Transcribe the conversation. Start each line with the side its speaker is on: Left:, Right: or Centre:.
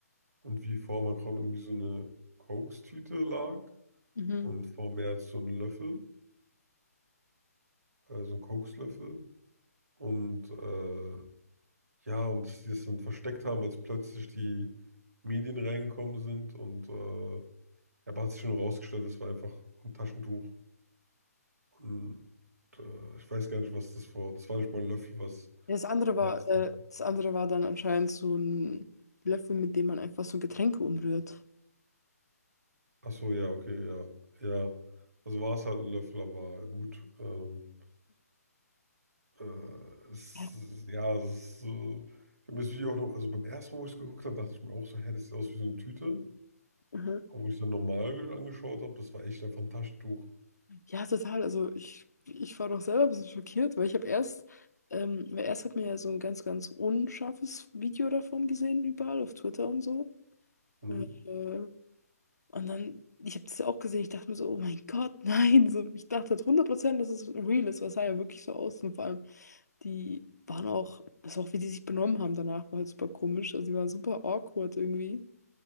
Right: und wie vor Macron irgendwie so eine Kokstüte lag
Left: Mhm.
Right: und vor Merz so ein Löffel, äh, so ein Kokslöffel und äh, Ja, und dass die es dann versteckt haben, als plötzlich die Medien reingekommen sind. Und äh, ja, aber hat sich schon rausgestellt, es war einfach ein Taschentuch. Und äh, ich weiß gar nicht, was das war. Das war nicht mal ein Löffel, was.
Left: Ja, Das andere war,
Right: Ärzte.
Left: äh, das andere war dann anscheinend so ein Löffel, mit dem man einfach so Getränke umrührt.
Right: Ach so, ja, okay, ja. Ja. Also war es halt ein Löffel, aber gut. Ähm, äh, es,
Left: Ja,
Right: ja, es ist so. Ich habe das Video auch noch, also beim ersten Mal, wo ich es geguckt habe, dachte ich mir auch so, hä, das sieht aus wie so eine Tüte.
Left: mhm.
Right: Aber wo ich es dann normal ge- angeschaut habe, das war echt einfach ein Taschentuch.
Left: Ja, total. Also ich, ich war doch selber ein bisschen schockiert, weil ich habe erst, ähm, weil erst hat mir ja so ein ganz, ganz unscharfes Video davon gesehen, überall auf Twitter und so.
Right: Mhm.
Left: Äh, und dann, ich habe das ja auch gesehen, ich dachte mir so, oh mein Gott, <laughs> nein. So, ich dachte halt 100%, dass es real ist, was sah ja wirklich so aus. Und vor allem, die waren auch, also auch wie die sich benommen haben danach, war halt super komisch. Also die waren super awkward irgendwie.